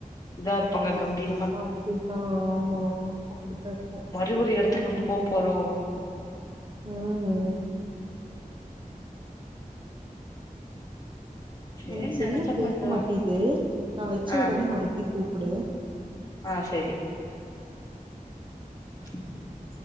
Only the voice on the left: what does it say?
இதா இருப்பாங்க கம்பீர்
இவரு எடத்துக்கு நம்ம போ போறோ
சேரி
நெனச்சா
கொஞ்சோ
ஆ
ஆ செரி <inaudible>